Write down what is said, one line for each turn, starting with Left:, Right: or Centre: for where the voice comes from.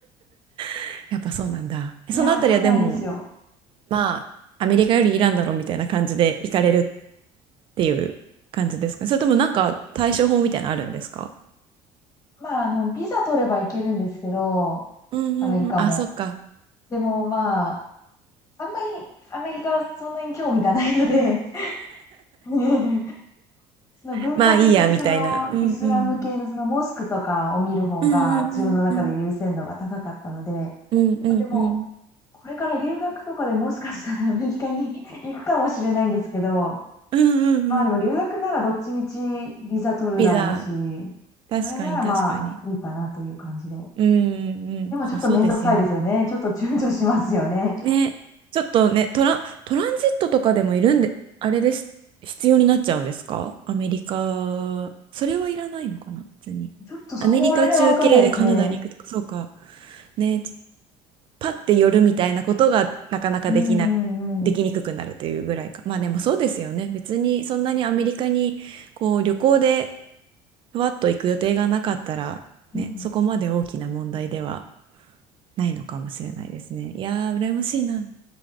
Right: <laughs> やっぱそうなんだ。
Left: いやー、
Right: そのあたりはでも
Left: そうなんですよ。
Right: まあ、アメリカよりイランだろみたいな感じで行かれるっていう感じですかそれともなんか対処法みたいなのあるんですか
Left: まあ、あの、ビザ取れば行けるんですけど、
Right: うんうんうん。
Left: アメリカも。
Right: あ、そっか。
Left: でも、まあ、あんまりアメリカそんなに興味がないので <laughs> その文化的にそのイスラム系のそのモスクとかを見る方が自分の中で優先度が高かったので、
Right: まあいいや、みたいな。うんうん。うんうんうんうん。うんうんうん。
Left: まあ、でも、これから留学とかでもしかしたら <laughs> アメリカに <laughs> 行くかもしれないんですけど、
Right: うんうんうん。
Left: まあ、でも留学ならどっちみちビザ取るだろうし、
Right: ビザ。確かに確かに。
Left: それならまあ、いいかなという感じで。
Right: うんうんうん。
Left: でもちょっとめんどくさいですよね。
Right: まあそうですよね。
Left: ちょっと躊躇しますよね。
Right: ね、ちょっとね、トラン、トランジットとかでもいるんで、あれです、必要になっちゃうんですかアメリカ、それはいらないのかな、別に。
Left: ちょっとそこら辺はわかんないですね。
Right: アメリカ中継でカナダに行くとか、そうか。ね、パッて寄るみたいなことがなかなかできな、
Left: うんうんうん。
Right: できにくくなるというぐらいか。
Left: うん
Right: まあでもそうですよね。別にそんなにアメリカにこう旅行でふわっと行く予定がなかったら、
Left: うん。
Right: ね、そこまで大きな問題ではないのかもしれないですね。いやー、羨ましいな。